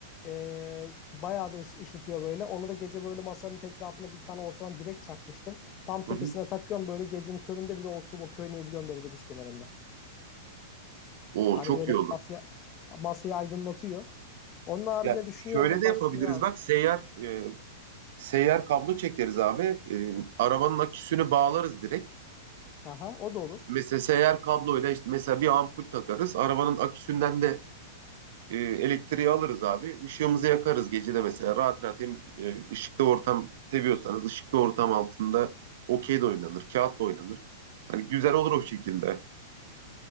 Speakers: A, on the left (about 35°); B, on the right (about 65°).
A: Ee, bayağı da ış- ışıtıyor böyle. Onu da gece böyle masanın etrafına bir tane ortadan direkt çakmıştım. Tam tepesine
B: Hı hı.
A: takıyorum böyle gecenin köründe bile oturup o oynayabiliyorum böyle deniz kenarında.
B: Oo
A: Hani
B: çok
A: böyle
B: iyi olur.
A: masayı, masayı aydınlatıyor. Onun haricinde
B: Ya
A: düşünüyorum
B: şöyle
A: o
B: de
A: başka
B: yapabiliriz.
A: ne lazım.
B: Bak seyyar e, seyyar kablo çekeriz abi. E, arabanın aküsünü bağlarız direkt.
A: Aha, o da olur.
B: Mesela seyyar kabloyla işte mesela bir ampul takarız. Arabanın aküsünden de e, elektriği alırız abi. Işığımızı yakarız gece de mesela. Rahat rahat hem e, ışıklı ortam seviyorsanız ışıklı ortam altında okey de oynanır, kağıt da oynanır. Hani güzel olur o şekilde.